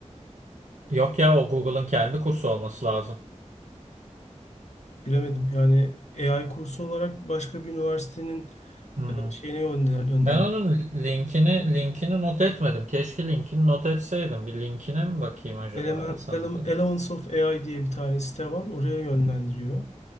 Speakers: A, on the right; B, on the left.
A: Yok ya o Google'ın kendi kursu olması lazım.
B: Bilemedim. Yani AI kursu olarak başka bir üniversitenin
A: Hmm.
B: e, şeyine yönlendirmişler
A: Ben onun linkini linkini not etmedim. Keşke linkini not etseydim. Bir linkine mi bakayım acaba
B: Element,
A: ya sana
B: Ele-
A: da yok.
B: Elements of AI diye bir tane site var. Oraya yönlendiriyor.